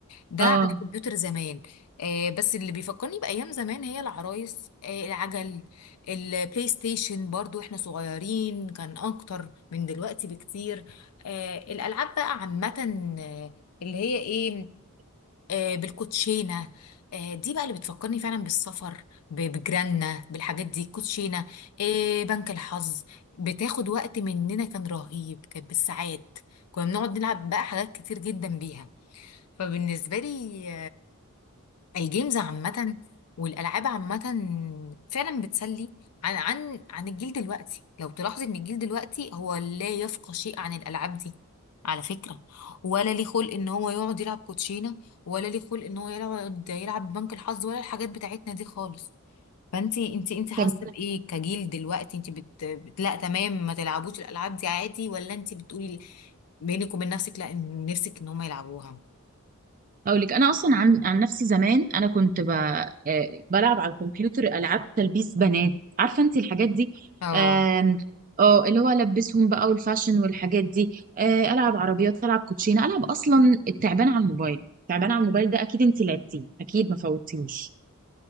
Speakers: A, on the left (about 80°); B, on the right (about 35°).
A: ده
B: اه
A: على الكمبيوتر زمان آه بس اللي بيفكرني بأيام زمان هي العرايس آه العجل البلاي ستيشن برضو احنا صغيرين كان أكتر من دلوقتي بكتير آه الألعاب بقى عامة آه، اللي هي ايه آه، بالكوتشينه آه، دي بقى اللي بتفكرني فعلا بالسفر ب- بجيراننا بالحاجات دي الكوتشينه آه، بنك الحظ بتاخد وقت مننا كان رهيب كانت بالساعات كنا بنقعد نلعب بقى حاجات كتير جدا بيها فبالنسبه لي الجيمز عامة والألعاب عامة فعلا بتسلي عن عن عن الجيل دلوقتي لو تلاحظي إن الجيل دلوقتي هو لا يفقه شيء عن الألعاب دي على فكرة ولا ليه خلق إن هو يقعد يلعب كوتشينة ولا ليه خلق إن هو يقعد يلعب بنك الحظ ولا الحاجات بتاعتنا دي خالص فانتي انتي انتي حاسة
B: طب
A: بإيه كجيل دلوقتي انتي بت... بت... لا تمام ما تلعبوش الألعاب دي عادي ولا انتي بتقولي بينك وبين نفسك لا إن- نفسك إن هم يلعبوها
B: اقول لك انا اصلا عن عن نفسي زمان انا كنت ب... آه، بلعب على الكمبيوتر العاب تلبيس بنات عارفه انت الحاجات دي
A: اه
B: آم، اه اللي هو البسهم بقى والفاشن والحاجات دي آه، العب عربيات العب كوتشينه العب اصلا التعبان على الموبايل التعبان على الموبايل ده اكيد انت لعبتيه اكيد ما فوتتيهوش